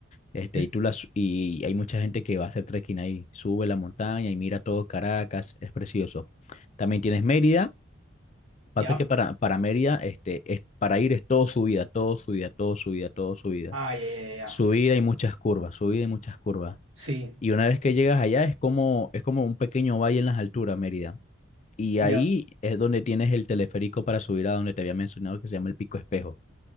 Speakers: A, on the left; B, on the right.
A: Este,
B: ujú,
A: y tú la su- y hay mucha gente que va a hacer trekking ahí, sube la montaña y mira todo Caracas, es precioso. También tienes Mérida Pasa
B: ya,
A: que para, para Mérida, este, es, para ir es todo subida, todo subida, todo subida, todo subida.
B: ah, ya, ya, ya, ya.
A: Subida y muchas curvas, subida y muchas curvas.
B: sí,
A: Y una vez que llegas allá es como, es como un pequeño valle en las alturas, Mérida. Y ahí
B: ya,
A: es donde tienes el teleférico para subir a donde te había mencionado que se llama el Pico Espejo.